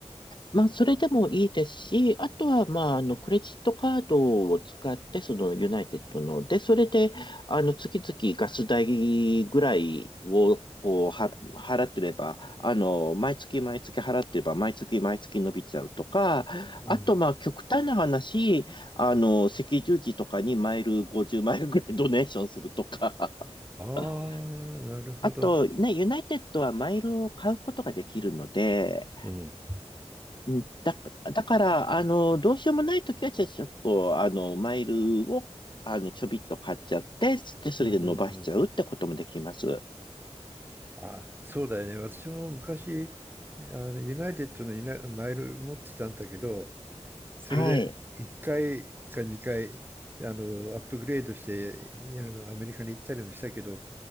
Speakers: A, on the left (about 45°); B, on the right (about 20°).
A: まあ、それでもいいですし、あとは、まあ、あの、クレジットカードを使って、その、ユナイテッドの、で、それで、あの、月々ガス代ぐらいを、こう、は、払ってれば、あの、毎月毎月払ってれば、毎月毎月伸びちゃうとか、
B: うん。
A: あと、まあ、極端な話、あの、赤十字とかにマイル50マイルぐらいドネーションするとか、
B: ああ、
A: <laughs>
B: なるほど。
A: あと、ね、ユナイテッドはマイルを買うことができるので、
B: うん。
A: うん、だ、だから、あの、どうしようもないときは、じゃあちょっと、あの、マイルを、あの、ちょびっと買っちゃって、で、それで伸ばしちゃうってこともできます。
B: うんうんうん。あ、そうだよね。私も昔、あの、ユナイテッドのユナマイル持ってたんだけど、それで1回か2回あのアップグレードしてあのアメリカに行ったりもしたけど
A: はい。